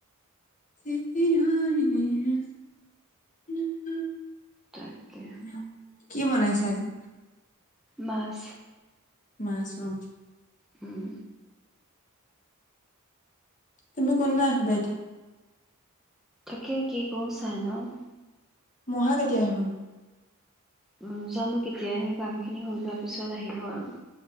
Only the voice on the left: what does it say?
<unintelligible>
উ কি বনাইছা আজি?
মাছ অ।
তুমি কোনদিনা আহিবা এতিয়া?
মহা কেতিয়া আহিবনো?